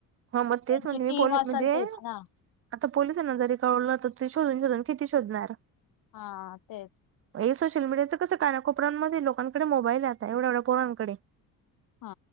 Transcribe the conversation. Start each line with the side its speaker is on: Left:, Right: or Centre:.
Right: हा मग
Left: त्यांची
Right: तेच म्हणते
Left: टीम
Right: मी पोली
Left: असंल
Right: म्हणजे
Left: तीच ना.
Right: आता पोलिसांना जरी कळवलं, तर ते शोधून शोधून किती शोधणार?
Left: हा तेच.
Right: हे सोशल मीडियाचं कस कारण कोपऱ्यांमध्ये लोकांकडे मोबाईल यता एवढ्या एवढ्या पोरांकडे
Left: हा